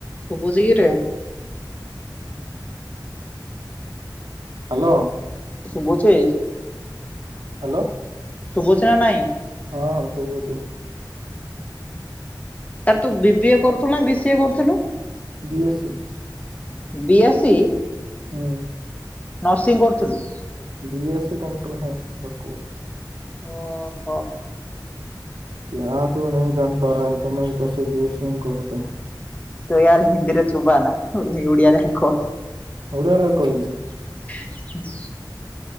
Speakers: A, on the left (about 20°); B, on the right (about 70°).
A: ସୁବୁଚିକିରେ?
B: Hello
A: ଶୁବୁଚି?
B: Hello
A: ଶୁଭୁଛି ନା ନାଇଁ?
B: ହଁ ସୁବୁଚି। ହୁଁ ଛୁଁ
A: ତାରେ ତୁ ବିବିିଏ କରୁଥିଲୁ ନା ବିସିଏ କରୁଥିଲୁ?
B: ବିଏସସି
A: ବିୟଶୀ
B: ହଁ
A: ନର୍ସିଂ କରୁଥିଲୁ
B: B S C computer science ବାକୁ
A: ଓହୋ
B: କିଆଁ ତୁ ନହିଁ ଜାଣିପାରା ତମେ ତ ସେ ବିଏସି ହିଁ କରୁଚ।
A: ତୁ ୟାର ହିନ୍ଦୀରେ ଚୋବାନା ଓ-ଓଡିଆରେ କହ।
B: ଓଡିଆରେ କହିଲେ।
A: <inaudible>